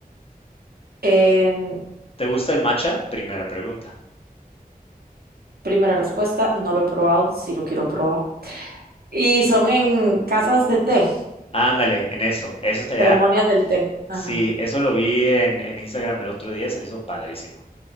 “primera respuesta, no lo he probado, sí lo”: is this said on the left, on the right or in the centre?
Right